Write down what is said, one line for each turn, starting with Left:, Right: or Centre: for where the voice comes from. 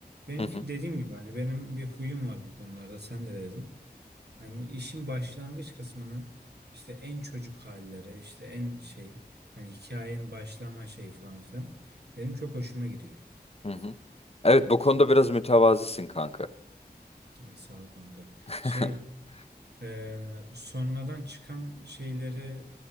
Right: Benimki
Left: Hı hı,
Right: dediğim gibi hani benim bir huyum var bu konularda sen de dedin. Hani işin başlangıç kısmını işte en çocuk halleri, işte en şey hani hikayenin başlama şeyi falan filan benim çok hoşuma gidiyor.
Left: hı hı. Evet bu konuda biraz mütevazisin kanka.
Right: Ha, Sağ ol kanka.
Left: <laughs>
Right: Şey e, sonradan çıkan şeyleri